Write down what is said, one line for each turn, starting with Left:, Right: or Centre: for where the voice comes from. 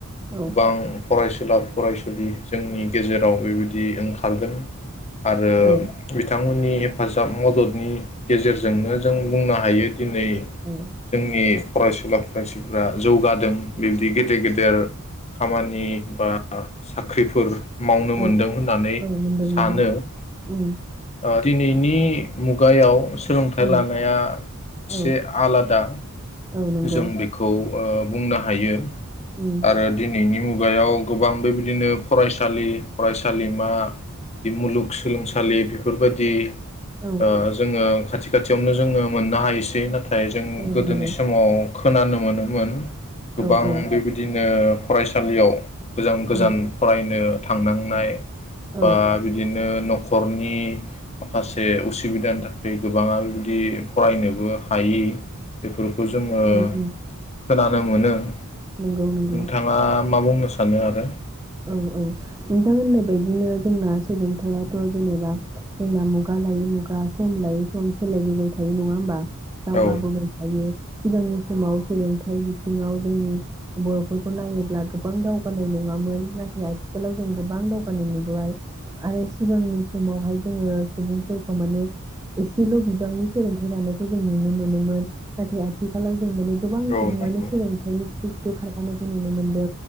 Right: औ
Left: गोबां फरायसुला फरायसुलि जोंनि गेजेराव बेबायदि ओंखारदों आरो
Right: औ औ
Left: बिथांमोन नि हेफाजाब मददनि गेजेरजोंनो जों बुंनो हायो दिनै
Right: उम
Left: जोंनि फरायसुला मानसिफ्रा जौगादों बिबदि गेदेर-गेदेर खामानि बा आ साख्रिफोर मावनो
Right: औ
Left: मोनदों होननानै
Right: मोनदों
Left: सानो
Right: मोनदों
Left: ओ
Right: उम
Left: दिनैनि मुगायाव सोलोंथाइ
Right: उम
Left: लानाया एसे
Right: औ
Left: आलादा
Right: औ नंगौ
Left: जों बेखौ ओ बुंनो हायो
Right: उम
Left: आरो दिनैनि मु गुवायाव गोबां बेबायदिनो फरायसालि फरायसालिमा बिदि मुलुगसोलोंसालि बेफोरबायदि
Right: औ
Left: ओ जोङो खाथि खाथियावनो जोङो मोननो हायो सै ना थाय जों
Right: औ
Left: गोदोनि
Right: नंगौ
Left: समाव खोनानो मोनोमोन गोबां
Right: औ औ
Left: बेबायदिनो फरायसालियाव गोजान-गोजान
Right: उम
Left: फरायनो थांनांनाय
Right: औ
Left: बा
Right: उम
Left: बिदिनो न' खरनि माखासे उसुबिदानि थाखाय गोबाङा बिबदि फरायनोबो हायि बेफोरखौ जोङो
Right: उम
Left: खोनानो मोनो नोंथाङा
Right: नंगौ नंगौ
Left: मा बुंनो सानो आरो
Right: औ औ नोंथां होननाय बायदिनो जोंना सोलोंथायाथ' जेनेबा जोंना मुगा लायै मुगा सम लायै सम सोलायबोबाय थायो नङा होमबा दावगाबोबाय
Left: औ
Right: थायो सिगांनि समाव सोलोंथाइ बिथिङाव जोंनि बर'फोरखौ नायोब्ला गोबां दावगानाय नङामोन नाथाय आथिखालाव जों गोबां दावगानाय नुबोबाय आरो सिगांनि समावहाय जोङो सुबुंफोरखौ माने एसेल' बिबांनि सोलोंथाइ लानायखौ जों नुनो मोनोमोन नाथाय आथिखालाव जों माने गोबां
Left: औ
Right: सुबुङानो
Left: नंगौ
Right: सोलोंथाइनि गु बो खारफानायखौ नुनो मोन्दों